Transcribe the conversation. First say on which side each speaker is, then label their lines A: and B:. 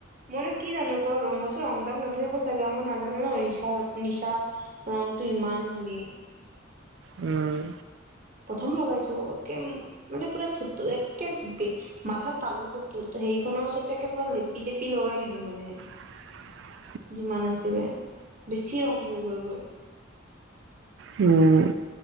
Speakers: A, on the right; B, on the right.
A: মনে কি জানো ক ৰ মইছো ৰংডাল নধৰিব চাগে আৰু মই নাজানো ন নিচা নিচা ৰংটো ইমান বুলি।
B: উম।
A: প্ৰথম লগাইছো একে মানে পুৰা ধু একে বে মাথাত তালু সেইখনৰ ওচৰতে পুৰা লেপি লেপি লগাই দিলো মানে।
B: <inaudible>
A: যিমান আছিলে, বেছি ৰং ধই গ'লগৈ।
B: উম।